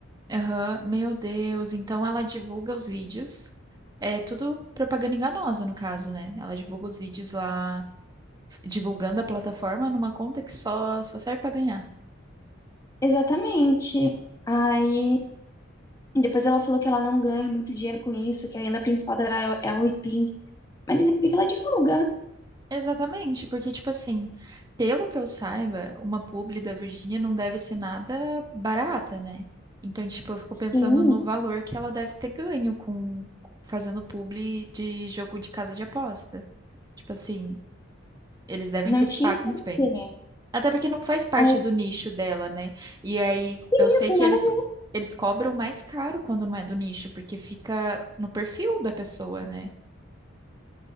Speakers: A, on the right; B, on the left.
A: Aham, meu Deus. Então ela divulga os vídeos. É tudo propaganda enganosa, no caso, né? Ela divulga os vídeos lá, divulgando a plataforma numa conta que só, só serve pra ganhar.
B: Exatamente. Aí depois ela falou que ela não ganha muito dinheiro com isso, que a renda principal dela é o é o Ipim. Mas ainda por que que ela divulga?
A: Exatamente, porque, tipo assim, pelo que eu saiba, uma publi da Virgínia não deve ser nada barata, né? Então, tipo, eu fico pensando
B: Sim,
A: no valor que ela deve ter ganho com fazendo publi de jogo de casa de aposta. Tipo assim, eles devem
B: não
A: ter
B: tinha
A: pago
B: porquê.
A: muito bem. Até porque não faz parte
B: Aí,
A: do nicho dela, né? E aí,
B: sim,
A: eu sei
B: não tem
A: que
B: nada
A: eles,
B: a ver.
A: eles cobram mais caro quando não é do nicho, porque fica no perfil da pessoa, né?